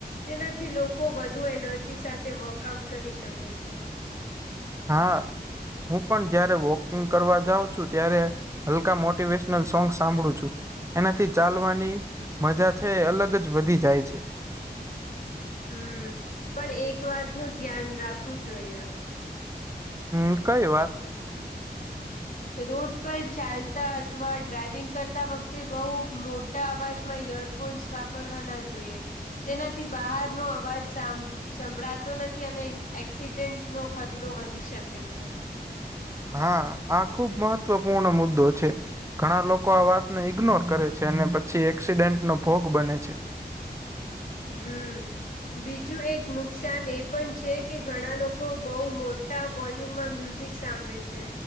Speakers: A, on the left (about 50°); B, on the right (about 15°).
A: તેનાથી લોકો વધુ એનર્જી સાથે વર્કઆઉટ કરી શકે છે.
B: હા હું પણ જયારે વોકિંગ કરવા જાઉં છું ત્યારે હલકા મોટિવેશ સોંગ સાંભળું છું, એનાથી ચાલવાની મજા છે એ અલગ જ વધી જાય છે.
A: હમ પણ એક વાત નું ધ્યાન રાખવું જોઈએ.
B: હમ કઈ વાત.
A: રોડ પર ચાલતા અથવા ડ્રાઈવિંગ કરતા વખતે બઉુ મોટા અવાજમાં યર ફોન્સ વાપરવા ના જોઈએ તેનાથી બહારનો અવાજ સા સંભળાતો નથી અને એક્સિડેન્ટ નો ખતરો વધી શકે છે.
B: હા આ ખુબ મહત્વપૂર્ણ મુદ્દો છે. ઘણા લોકો આ વાતને ઈગ્નોર કરે છે, અને પછી એક્સિડેન્ટનો ભોગ બને છે.
A: હમ. બીજું એક નુકસાન એ પણ છે કે ઘણા લોકો બહુ મોટા વોલ્યુમમાં મ્યુઝિક સાંભળે છે.